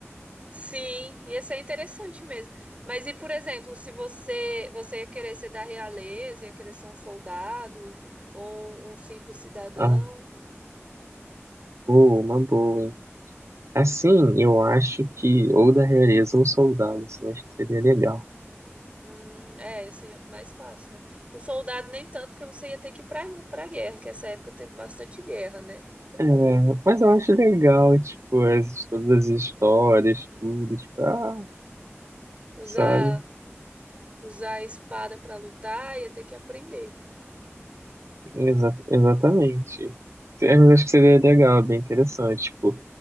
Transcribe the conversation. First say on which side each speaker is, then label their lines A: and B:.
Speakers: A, on the right (about 30°); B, on the right (about 75°).
A: Sim, ia ser interessante mesmo. Mas e, por exemplo, se você você ia querer ser da realeza, ia querer ser um soldado ou um simples cidadão?
B: Ah, boa, uma boa, hein? Assim, eu acho que ou da realeza ou soldado, assim, eu acho que seria legal.
A: Hum, é, esse é mais fácil, né? O soldado nem tanto, porque você ia ter que ir pra, pra guerra, que essa época teve bastante guerra, né?
B: É, mas eu acho legal, tipo, as, todas as histórias, tudo, tipo, ah,
A: Usar,
B: sabe?
A: usar a espada pra lutar, ia ter que aprender.
B: Exa- exatamente. É, mas acho que seria legal, é bem interessante, tipo,